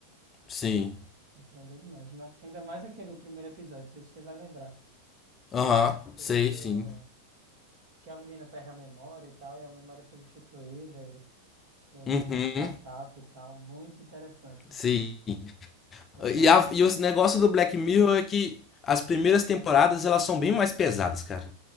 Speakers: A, on the left; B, on the right.
A: Sim.
B: Surpreendeu demais. Mas ainda mais aquele primeiro episódio, não sei se você vai lembrar.
A: Aham,
B: é Aquele
A: sei,
B: do...
A: sim.
B: Que a menina perde a memória e tal, e a memória é substituída e por
A: Uhum,
B: uma startup e tal. Muito interessante.
A: sim.
B: Eu
A: E,
B: tava...
A: a, e o negócio do Black Mirror é que as primeiras temporadas elas são bem mais pesadas, cara.